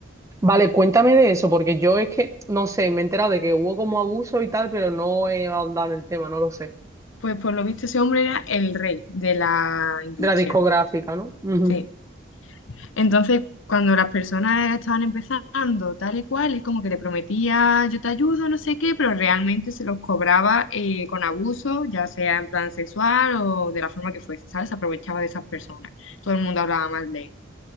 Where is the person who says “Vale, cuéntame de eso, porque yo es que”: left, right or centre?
Right